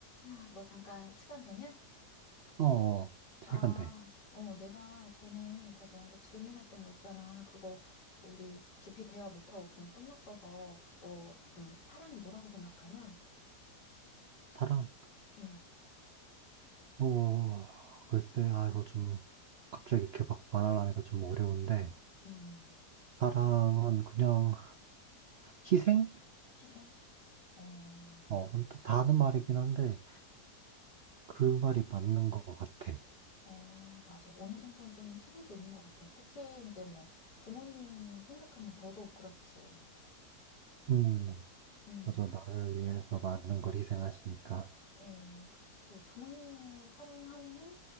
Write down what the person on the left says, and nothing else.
야, 너 잠깐 시간 되냐?
아, 어, 내가 전에 이렇게 너한테 질문했던 거 있잖아. 그거 우리 깊이 대화 못하고 그냥 끝났어서 너, 음, 사랑이 뭐라고 생각하냐?
음,
음,
희생? 어,
어, 맞아. 어느 정도는 좀 희생도 있는 것 같아. 특히 이제 뭐 부모님 생각하면 더더욱 그렇지.
음.
어, 그치. 부모님의 사랑하면은